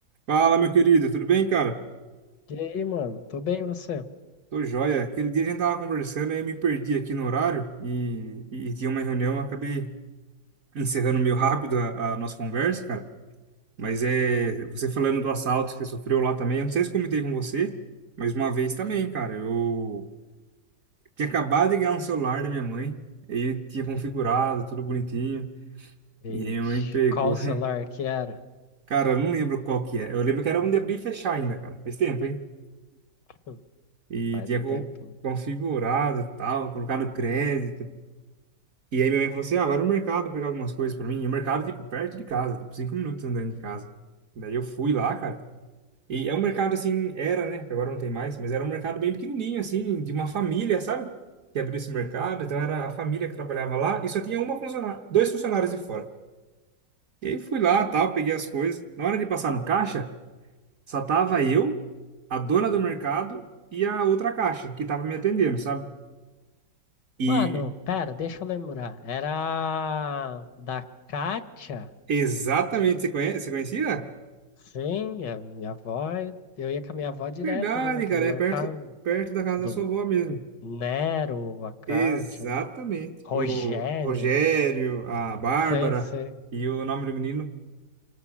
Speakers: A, on the right; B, on the left.
A: Fala, meu querido, tudo bem, cara?
B: E aí, mano? Tô bem, e você?
A: Tô joia. Aquele dia a gente tava conversando e eu me perdi aqui no horário e, e, e tinha uma reunião, eu acabei encerrando meio rápido a, a nossa conversa, cara. Mas é,
B: Hum,
A: você falando do assalto que você sofreu lá também, eu não sei se eu comentei com você, mas uma vez também, cara, eu tinha acabado de ganhar um celular da minha mãe, aí tinha configurado, tudo bonitinho,
B: vixe.
A: e aí minha mãe pegou.
B: Qual o celular
A: <laughs>
B: que era?
A: Cara, eu não lembro qual que é. Eu lembro que era um de abrir e fechar ainda, cara. Faz tempo, hein?
B: Hum,
A: E
B: Faz
A: tinha
B: um
A: con-
B: tempinho.
A: configurado, tal, colocado crédito. E aí minha mãe falou assim: ah, vai no mercado pegar algumas coisas pra mim. E o mercado, tipo, perto de casa, tipo, cinco minutos andando de casa. Daí eu fui lá, cara. E é um mercado assim, era, né? que Agora não tem mais, mas era um mercado bem pequenininho, assim, de uma família, sabe? Que abriu esse mercado. Então era a família que trabalhava lá e só tinha uma funcionária, dois funcionários de fora. E aí fui lá, tal, peguei as coisas. Na hora de passar no caixa, só tava eu, a dona do mercado e a outra caixa que tava me atendendo, sabe? E
B: Mano, pera, deixa eu lembrar. Era da Kátia?
A: exatamente, você conhece, você conhecia?
B: Sim, a minha avó. Eu ia com a minha avó direto
A: Verdade,
B: ali naquele
A: cara,
B: mercado.
A: é perto, perto da casa
B: Do
A: da sua avó mesmo.
B: Nero, a Kátia
A: Exatamente.
B: ali. Rogério.
A: O Rogério, a Bárbara
B: Sei, sei.
A: e o nome do menino,